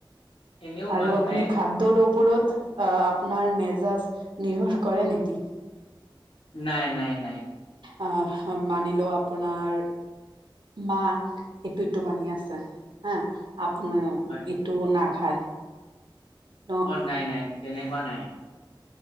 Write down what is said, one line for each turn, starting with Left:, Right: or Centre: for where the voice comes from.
Left: এনেও
Right: আৰু
Left: মানুহে
Right: আপুনি খাদ্যৰপ ওপৰত আহ আপোনাৰ মেজাজ নিৰ্ভৰ কৰে নেকি?
Left: নাই নাই নাই
Right: অহ মানি লওঁ আপোনাৰ মা এইটো এটো বানি আছে হা আপোনাৰা
Left: হয়
Right: ইটোও নাখায়? ন
Left: অ নাই নাই তেনেকুৱা নাই